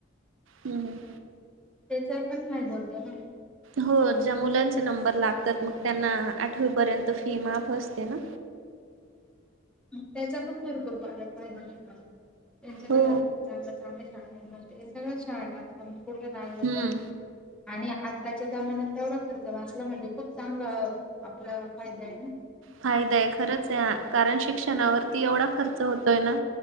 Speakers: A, on the right; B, in the centre.
A: हम् हम.
B: त्याचा पण फायदा होता ना.
A: हो ज्या मुलांचे नंबर लागतात
B: हम्म.
A: मग त्यांना आठवीपर्यंत फी माफ असते ना.
B: त्याचा पण भरपूर बालक आहे बाल त्यांच्या
A: हो.
B: घरा चांग चांग. शाळे मग ते सगळं शट असता मग कुठे लागलं
A: हम्म
B: तरी आणि आत्ताच्या जमान्यात तेवढा खर्च वाचला म्हणजे खूप चांगलं. आपला फायदा आहे ना.
A: फायदाय खरंच आहे कारण शिक्षणावरती एवढा खर्च होतोय ना.